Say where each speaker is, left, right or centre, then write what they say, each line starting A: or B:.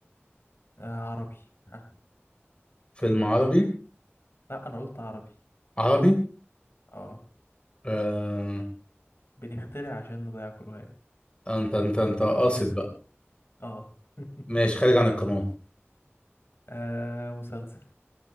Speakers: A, on the left; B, on the left.
A: آه عربي ها.
B: فيلم عربي
A: لا أنا قلت عربي
B: عربي
A: اه
B: آه...
A: بنخترع عشان نضيع كل واحد
B: انت انت انت قاصد بقى
A: اه <laughs>
B: ماشي خارج عن القانون
A: آه مسلسل